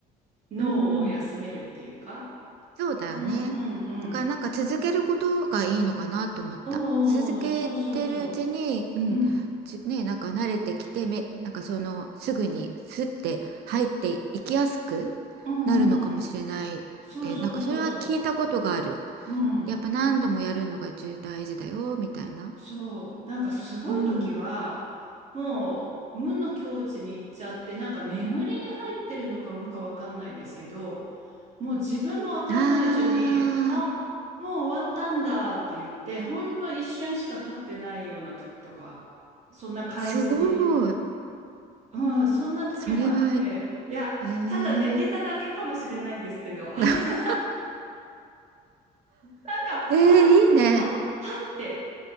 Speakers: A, on the right (about 40°); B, on the right (about 75°).
A: 脳を休めるっていうか。
B: うんうん。そうだよね。
A: うんうんうん。
B: だからなんか続けることがいいのかなと思った。
A: おう
B: 続けてるうちに、
A: おうおう、そうそうそ
B: うん、
A: う。うん。
B: じね、なんか慣れてきて、め、なんかそのすぐにスッて入っていきやすくなるのかもしれないって、
A: うんうんうんうん。そうそうそうそ
B: なんかそれは聞いたことがある。
A: う。うん。
B: やっぱ何度もやるのが重大事だよ、みたいな。
A: そう、なんかすごい時は、
B: うん。
A: もう無の境地に行っちゃって、なんか眠りに入ってるのか無かわかんないですけど、もう自分もわからないうちに、
B: あー、
A: あ、もう終わったんだって言って、ほんの一瞬しか経ってないような時とか、そんな感じに、
B: すごい。
A: うん、そんな時もあって、
B: それは、
A: いや、
B: えー、
A: ただ寝てただけかもしれないんですけど、<laughs>
B: <laughs>
A: なんか、
B: えー、
A: あ、
B: いいね。
A: は、はって。